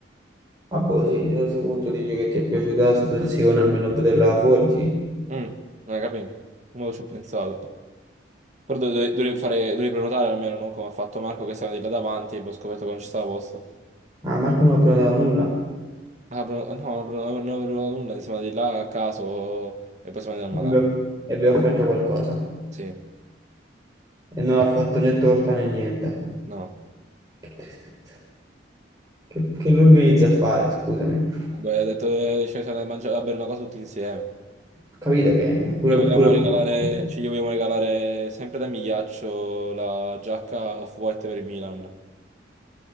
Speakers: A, on the right; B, on the right.
A: Ah, boh, sì, a questo punto dici che ti è piaciuta la situazione, almeno vederla fuori, sì.
B: mm, eh, capito? Mo ci ho pensato. Però dove- dove- dovrei fare- dovrei prenotare almeno, non come ha fatto Marco che stava di là davanti e abbiamo scoperto che non ci stava posto.
A: Ah, Marco non ha prenotato nulla.
B: Ah, però- no, però non avevo nulla, insomma, di là a caso e poi siamo andati al
A: abbiamo-
B: Madama.
A: e abbiamo offerto qualcosa
B: Sì,
A: e non ha fatto né torta né niente.
B: no.
A: Che tristezza. Che, che lo organizzi a fare, scusami.
B: Beh, ha detto che ci siamo andati a mangiare, a bere una cosa tutti insieme.
A: Capito che pure,
B: Gli volevamo
A: pure
B: regalare,
A: con voi,
B: ci gli vogliamo regalare sempre da Migliaccio la giacca off-white per il Milan.